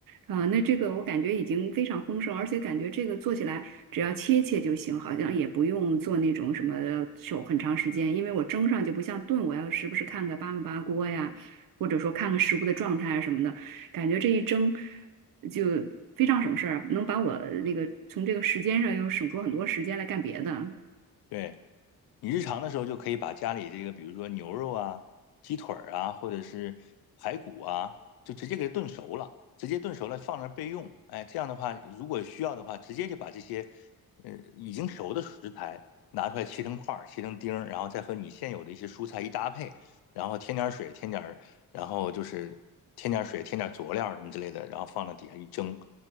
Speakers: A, on the right; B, on the left.
A: 啊、那这个我感觉已经非常丰盛，而且感觉这个做起来只要切切就行，好像也不用做那种什么手很长时间，因为我蒸上就不像炖，我要时不时看个八分八锅呀，或者说看看食物的状态啊什么的，感觉这一蒸。就非常省事儿，能把我那个从这个时间上又省出很多时间来干别的。
B: 对，你日常的时候就可以把家里这个，比如说牛肉啊、鸡腿儿啊，或者是排骨啊，就直接给它炖熟了，直接炖熟了放那儿备用。哎，这样的话，如果需要的话，直接就把这些呃已经熟的食材拿出来切成块儿、切成丁儿，然后再和你现有的一些蔬菜一搭配，然后添点儿水、添点儿，然后就是添点儿水、添点儿佐料什么之类的，然后放到底下一蒸。